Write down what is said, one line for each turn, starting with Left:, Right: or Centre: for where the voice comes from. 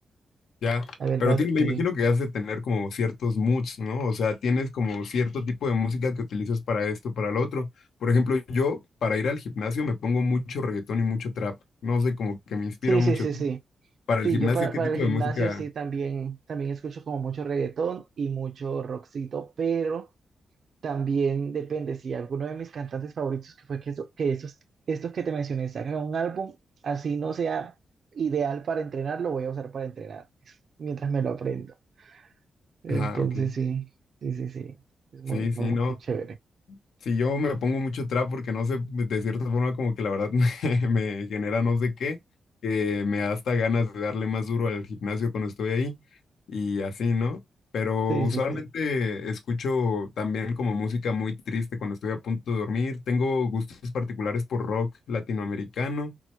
Left: Ya,
Right: La verdad,
Left: pero tien- me
Right: sí.
Left: imagino que has de tener como ciertos moods, ¿no? O sea, tienes como cierto tipo de música que utilizas para esto, para lo otro. Por ejemplo, yo para ir al gimnasio me pongo mucho reggaetón y mucho trap. No sé, como que me inspira
Right: Sí,
Left: mucho.
Right: sí, sí, sí.
Left: Para
Right: Sí,
Left: el gimnasio,
Right: yo para,
Left: ¿qué
Right: para
Left: tipo
Right: el gimnasio
Left: de música?
Right: sí también, también escucho como mucho reggaetón y mucho rockcito, pero También depende si alguno de mis cantantes favoritos, que fue que, eso- que esos, estos que te mencioné, sacan un álbum, así no sea ideal para entrenar, lo voy a usar para entrenar mientras me lo aprendo. Entonces,
Left: Ajá, ok.
Right: sí, sí, sí, sí, es muy,
Left: Sí,
Right: muy,
Left: sí, no.
Right: muy chévere.
Left: Sí, yo me pongo mucho trap porque no sé, de cierta forma como que la verdad <laughs> me, me genera no sé qué, que me da hasta ganas de darle más duro al gimnasio cuando estoy ahí y así, ¿no? Pero
Right: Sí,
Left: usualmente
Right: sí, sí.
Left: escucho también como música muy triste cuando estoy a punto de dormir. Tengo gustos particulares por rock latinoamericano.